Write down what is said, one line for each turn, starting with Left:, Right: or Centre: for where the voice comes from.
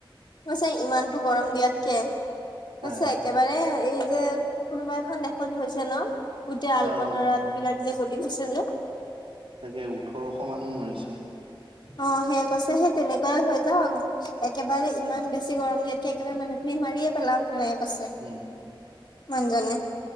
Left: ছে ইমানতো গৰম দিয়াতকেছে
Right: হা
Left: একেবাৰে। এই যে কোনোবা এখন দেশত হৈছে ন গোটেই আল
Right: অ',
Left: কটৰাল বিলাক যে। গৈছে যে।
Right: তাকে ওঠৰশ মানুহ মৰিছে।
Left: অ সেই কৈছে সেই তেনেকুৱাই হৈ যাওক একেবাৰে ইমান বেছি গৰম ইিয়াতকে একেবাৰে মানুহ খিনি মাৰিয়ে। পলটো ন কছে
Right: উম,
Left: মজে।